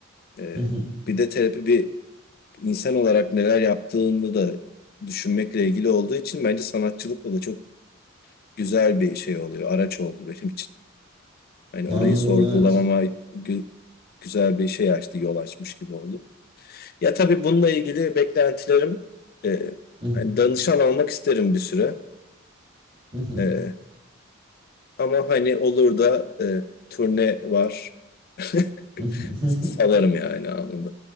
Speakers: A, on the left (about 45°); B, on the right (about 25°).
A: Ee,
B: Hı hı.
A: bir de terapi bir insan olarak neler yaptığını da düşünmekle ilgili olduğu için bence sanatçılıkla da çok güzel bir şey oluyor. Araç oldu benim için. Hani
B: Anladım
A: orayı sorgulamama
B: evet.
A: gü- güzel bir şey açtı, yol açmış gibi oldu. Ya tabii bununla ilgili beklentilerim e,
B: Hı hı.
A: hani danışan almak isterim bir süre.
B: Hı hı.
A: E, Ama hani olur da e, turne var. <laughs>
B: Hı hı. <laughs>
A: Salarım yani anında.